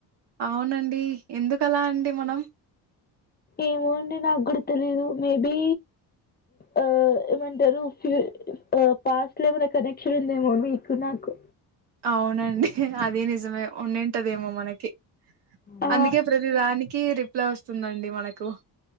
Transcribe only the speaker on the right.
అవునండి ఎందుకలా అండి మనం.
అవునండి అదీ నిజమే ఉండింటదేమో మనకి
అందుకే ప్రతిదానికి రిప్ ప్లే వస్తుందండి మనకు